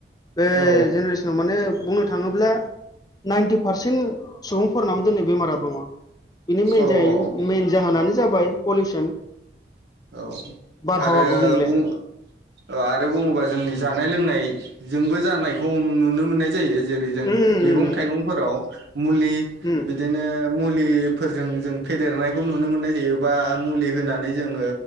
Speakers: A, on the left; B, on the right.
A: बे
B: औ
A: जेनेरेसनाव माने बुंनो थाङोब्ला नाइन्टि पारसेन्ट सुबुंफोरनाव दिनै बेमारा दङ बिनि मेेन
B: औ
A: जाइन
B: औ
A: मेन जाहोनानो जाबाय पलिउसन
B: औ
A: बारहावा
B: आरो
A: गुबुंले
B: बुं ओ आरो बुङोबा जोंनि जानाय लोंनायजोंबो जानायखौ नुनो मोननाय जा यो जेरै जों
A: उम
B: मैं थाइंफोराव
A: उम
B: मुलि
A: उम
B: बिदिनो मुलिफोरजों जों फेदेरनायखौ नुनो मोननाय जायोबा मुलि होनानै जोङो